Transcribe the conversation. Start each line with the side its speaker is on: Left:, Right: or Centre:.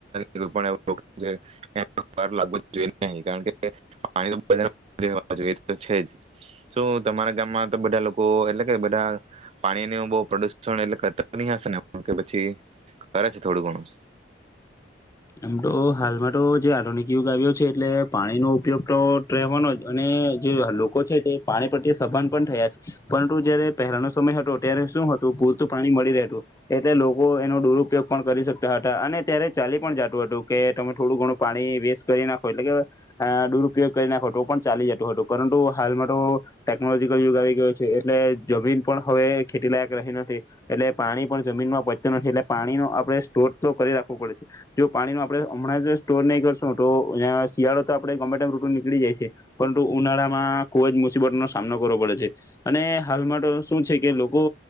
Right: જે <unintelligible> કારણ કે તે પાણીનું બધાને <unintelligible> આપવા જોઈએ છે જ. તો તમારા ગામમાં તો બધા લોકો એટલે કે બધા પાણીનું બહું પ્રદુષણ એટલે કરતા હશે ને કે પછી કરે છે થોડું ઘણું?
Left: આમ તો હાલમાં તો જે આધુનિક યુગ આવ્યો છે એટલે પાણીનો ઉપયોગ તો રહેવાનો જ અને જે આ લોકો છે તે પાણી પ્રત્યે સભાન પણ થયા છે, પરંતુ જયારે પહેલાનો સમય હતો ત્યારે શું હતું પૂરતું પાણી મળી રહેતું એટલે લોકો એનો દુરુપયોગ પણ કરી શકતા હતા અને ત્યારે ચાલી પણ જાતું હતું કે તમે થોડું ઘણું પાણી વેસ્ટ કરી નાખો એટલે કે અહ દુરુપયોગ કરી નાખો તો પણ ચાલી જતું હતું પરંતુ હાલમાં તો ટેકનોલોજીકલ યુગ આવી ગયો છે એટલે જમીન પણ હવે ખેતીલાયક રહેતી નથી એટલે પાણી પણ જમીનમાં પચતું નથી એટલે પાણીનો આપણે સ્ટોર તો કરી રાખવું પડે જો પાણી નો આપણે હમણાં જ સ્ટોર નહીં કરશું તો યા શિયાળો તો આપણે ગમે તેમ ૠતું નીકળી જાય છે પરંતુ ઉનાળામાં ખુબ જ મુસીબતનો સામનો કરવો પડે છે અને હાલમાં તો શું છે કે લોકો